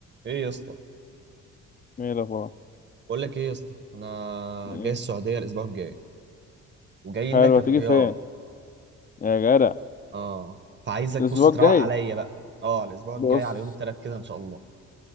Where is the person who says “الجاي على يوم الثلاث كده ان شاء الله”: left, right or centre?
Right